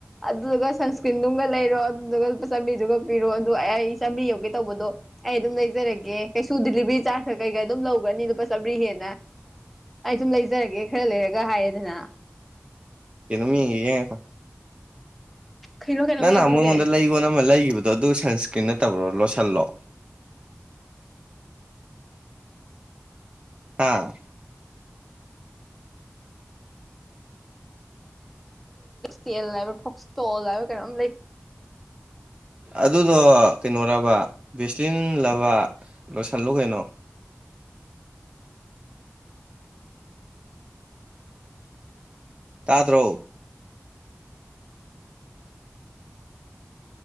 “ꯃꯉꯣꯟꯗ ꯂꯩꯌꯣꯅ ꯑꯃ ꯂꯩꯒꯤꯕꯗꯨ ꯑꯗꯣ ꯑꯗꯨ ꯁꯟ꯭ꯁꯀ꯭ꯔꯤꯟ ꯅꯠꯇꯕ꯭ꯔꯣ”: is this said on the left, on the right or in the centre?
Right